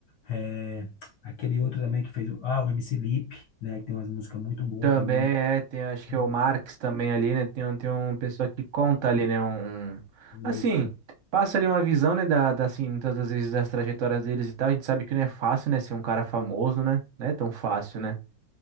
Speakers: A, on the left; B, on the right.
A: É, aquele outro também que fez. o- Ah, o MC Lipe, né? Que tem umas músicas muito boas
B: Também
A: também.
B: é, tem acho que
A: de-
B: é o Marx também ali, né? Tem, um- tem uma pessoa que conta ali, né? Um, assim,
A: Isso.
B: passa ali uma visão, né? Da, da, assim, muitas das vezes das trajetórias deles e tal. A gente sabe que não é fácil, né? Ser um cara famoso, né? Não é tão fácil, né?